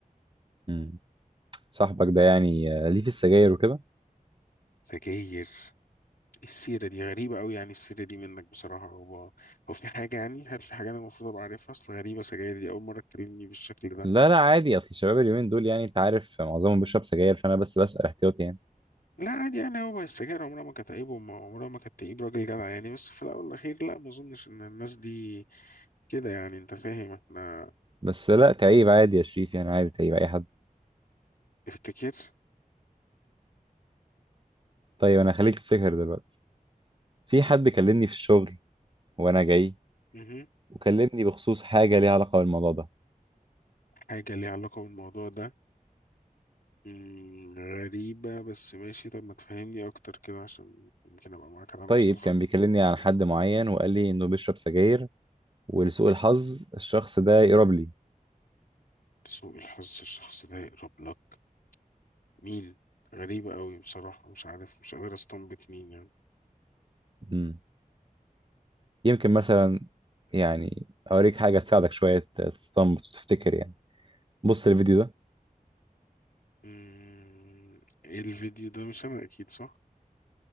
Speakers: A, on the right (about 35°); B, on the left (about 80°).
A: امم صاحبك ده يعني آه، ليه في السجاير وكده
B: سجاير السيرة دي غريبة أوي يعني السيرة دي منك بصراحة هو هو في حاجة يعني هل في حاجة أنا المفروض أبقى عارفها أصل غريبة سجاير دي أول مرة تكلمني بالشكل ده
A: لا لا عادي اصل الشباب اليومين دول يعني انت عارف معظمهم بيشرب سجاير فانا بس بسأل احتياطي يعني
B: لا عادي يعني هو السجاير عمرها ما كانت عيب وعمرها ما كانت تعيب راجل جدع يعني بس في الأول والأخير لا ما أظنش إن الناس دي كده يعني أنت فاهم إحنا
A: بس لا تعيب عادي يا شريف يعني عادي تعيب اي حد
B: افتكر
A: طيب انا خليك تفتكر دلوقتي في حد كلمني في الشغل وانا جاي
B: مهم.
A: وكلمني بخصوص حاجه ليها علاقه بالموضوع ده
B: حاجة ليها علاقة بالموضوع ده مم، غريبة بس ماشي طب ما تفهمني أكتر كده عشان يمكن أبقى معاك على
A: طيب
B: نفس الخط
A: كان بيكلمني عن حد معين وقال لي انه بيشرب سجاير ولسوء الحظ الشخص ده يقرب لي
B: سوء الحظ الشخص ده يقرب لك مين غريبة قوي بصراحة مش عارف مش قادر استنبط مين يعني
A: مم. يمكن مثلا يعني اوريك حاجه تساعدك شويه تستنبط تفتكر يعني بص الفيديو ده
B: مم، ايه الفيديو ده مش أنا أكيد صح